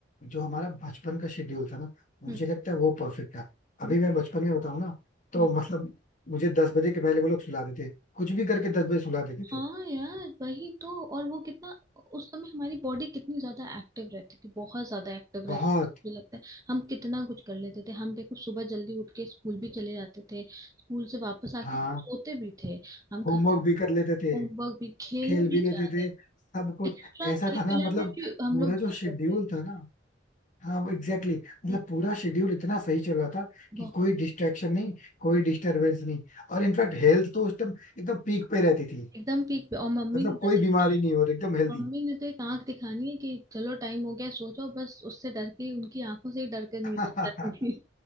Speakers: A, on the left; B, on the right.
A: जो हमारा बचपन का शेड्यूल था ना मुझे
B: हम्म
A: लगता है वो परफेक्ट था अभी
B: ब-
A: मैं बचपन में बताऊँ ना तो
B: हम्म
A: मतलब मुझे दस बजे के पहले वो लोग सुला देते कुछ भी करके दस बजे सुला देते
B: हाँ
A: थे
B: यार वही तो और वो कितना उस समय हमारी बॉडी कितनी ज्यादा एक्टिव रहती थी बहुत ज्यादा एक्टिव
A: बहुत
B: रहती थी। मुझे लगता है हम कितना कुछ कर लेते थे हम देखो सुबह जल्दी उठ के स्कूल भी चले जाते थे स्कूल से वापस आके
A: हाँ
B: सोते भी थे हम
A: होमवर्क
B: खाना
A: भी
B: खाते
A: कर लेते थे
B: होमवर्क भी खेलने
A: खेल
B: भी
A: भी लेते
B: जा रहे
A: थे सब कुछ
B: एक्स्ट्रा
A: ऐसा
B: करिकुलर
A: था ना मतलब
B: में भी हम
A: पूरा
B: लोग
A: जो
B: जाते
A: शेड्यूल
B: थे
A: था ना हाँ एग्जैक्टली exactly, मतलब
B: हम्म।
A: पूरा शेड्यूल इतना सही चल रहा था
B: बहुत
A: कि कोई डिस्ट्रैक्शन नहीं कोई डिस्टरबेंस नहीं और इनफैक्ट हेल्थ तो उस टाइम एकदम पीक पे रहती थी
B: एकदम पीक पे और मम्मी
A: मतलब
B: ने
A: कोई
B: बस एक
A: बीमारी नहीं हो रही एकदम हेल्दी
B: मम्मी ने तो एक आंख दिखानी है कि चलो टाइम हो गया सो जाओ बस उससे डर के उनकी आंखों से ही डर के नहीं
A: <laughs>
B: करती थी